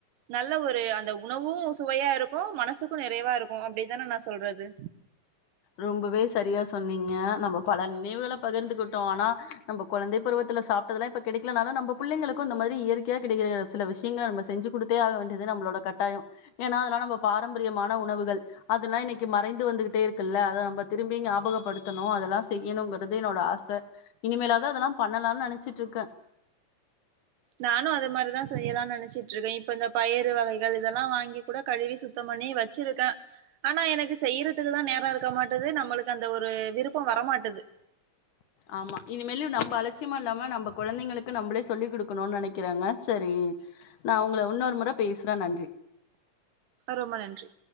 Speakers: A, on the right (about 85°); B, on the left (about 70°).
A: நல்ல ஒரு ஒரு அந்த உணவு சுவையா இருக்கு மனசுக்கு நிறைவாருக்கு அப்டித்தான நா சொல்றது
B: ரொம்பவேஸ் சரியா சொன்னீங்க நம்ம பலனே வுகள பகிர்ந்துக்கிட்டோ ஆனா நம்ம குழந்தை பருவத்துல சாப்பிட்டததுல்லா இப்ப கிடைக்கனால நம்ம புள்ளைங்கக்கு இந்த மாரி இயற்கையா கிடை சில விஷயங்களை நம்ம செஞ்சு கொடுத்தே ஆகன்றது நம்மளோட கட்டாய ஏன்னா அதெல்லா நம்ம பாரம்பரியமான உணவுகள் அதெல்லா இன்னைக்கு மறைந்து வந்துகிட்டே இரு இல்ல அத நம்ம திரும்பி ஞாபகப்படுத்தணு அதெல்லா செய்யணும்ங்க து என்னோட ஆச இனிமேலாவது அதெல்லா பண்ணலானு நெனைச்சிட்டுருக்கே
A: நானு அத மாரிதா செய்யலாம்னு நெனைச்சிட்டு இருக்கே இப்ப இந்த பயிறு வகைகள் இதெல்லா வாங்கி கூட கழுவி சுத்தம் பண்ணி வச்சிருக்கே ஆனா எனக்கு செய்யறதுக்குதா நேர இருக்க மாட்டது நம்மளுக்கு அந்த ஒரு விருப்பம் வரமாட்டது
B: ஆமா இனிமேல நம்ம அலட்சியமா இல்லாம நம்ம குழந்தைங்களுக்கு நம்மளே சொல்லிக் கொடுக்கணும்னு நினைக்கிறாங்க சரி நான் உங்களை இன்னொரு முறை பேசுறேன் நன்றி
A: ரொம்ப நன்றி